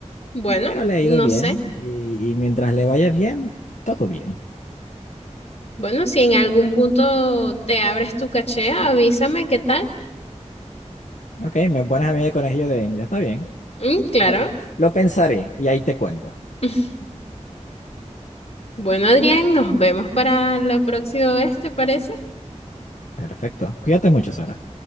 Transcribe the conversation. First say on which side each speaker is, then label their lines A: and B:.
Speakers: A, on the left; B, on the left.
A: bueno,
B: Pero le ha ido
A: no
B: bien
A: sé.
B: y, y mientras le vaya bien, todo bien.
A: Bueno, si en algún punto te abres tu caché, avísame qué tal.
B: Ok, me pones a mí de conejillo de India. Está bien.
A: Mm, claro.
B: Ya, ya. Lo pensaré y ahí te cuento.
A: <laughs> Bueno, Adrián, nos vemos para la próxima vez, ¿te parece?
B: Perfecto. Cuídate mucho, Sara.